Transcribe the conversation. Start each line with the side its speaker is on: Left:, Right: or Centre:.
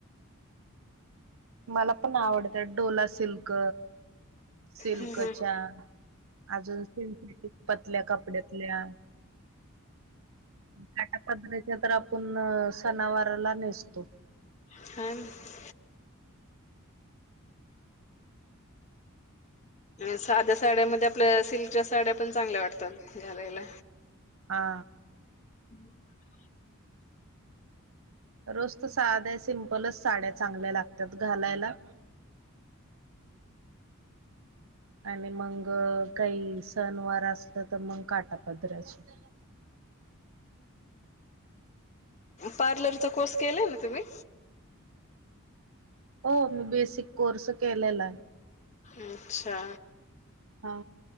Right: मला पण आवडतं डोला सिल्क, सिल्कच्या.
Left: हं, हं.
Right: अजून सिंथेटिक पतल्या कपड्यातल्या. काटा पदरायाच्या तर, आपण सनावारला नेसतो.
Left: <inaudible> साध्या साड्यामध्ये आपल्या सिल्कच्या साड्या पण, चांगल्या वाटतात घालायला.
Right: हा.
Left: <inaudible>
Right: रोज तर साध्या सिम्पलचं साड्या चांगल्या लागतात घालायला. आणि मग काही सनवार असलं तर मग काठापदराच्या.
Left: पार्लरचा कोर्स केलाय ना तुम्ही?
Right: हो, मी बेसिक कोर्स केलेला आहे.
Left: अच्छा!
Right: हा.